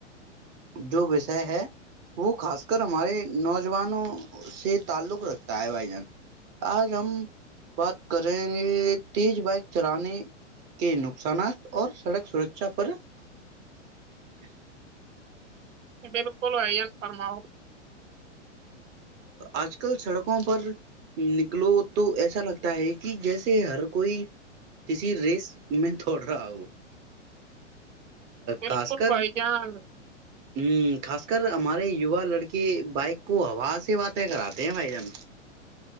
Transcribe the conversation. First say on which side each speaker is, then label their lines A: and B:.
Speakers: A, on the right (about 30°); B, on the right (about 85°).
A: جو وشے ہے وہ خاص کر ہمارے نوجوانوں سے تعلق رکھتا ہے بھائی جان آج ہم بات کریںے تیز بائک چلانے کے نقصانات اور سڑک سرشا پر <unintelligible>
B: بالکل ہے فرماؤ <unintelligible>
A: آج کل سڑکوں پر نکلو تو ایسا لگتا ہے کہ جیسے ہر کوئی کسی ریس میں دوڑ رہا ہو
B: بالکل
A: خاص کر
B: بھائی جان <unintelligible>
A: ہ خاص کر ہمارے یوا لڑکے بائک کو ہوا سے باتیں کراتے ہیں بھائی جان